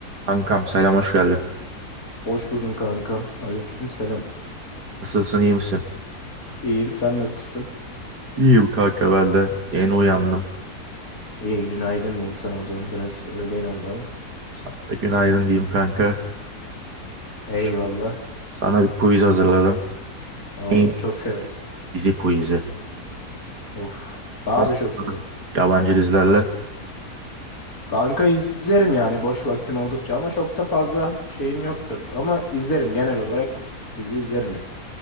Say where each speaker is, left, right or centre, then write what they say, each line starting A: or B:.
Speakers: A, on the right (about 85°); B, on the left (about 65°).
A: Kankam selam hoş geldin.
B: Hoş buldum kankam. Aleyküm selam.
A: Nasılsın iyi misin?
B: İyiyim. Sen nasılsın?
A: İyiyim kanka ben de. Yeni uyandım.
B: İyi günaydın diyeyim sana o zaman. Biraz öğlen oldu ama.
A: Sana da günaydın diyeyim kanka.
B: <laughs> Eyvallah.
A: Şimdi sana bir quiz hazırladım.
B: Oo,
A: En iyi
B: çok severim.
A: dizi quizi.
B: Of. Daha
A: Nasıl?
B: da çok severim.
A: Yabancı dizilerle.
B: Kanka izlerim yani boş vaktim oldukça ama çok da fazla şeyim yoktur. Ama izlerim genel olarak dizi izlerim yani.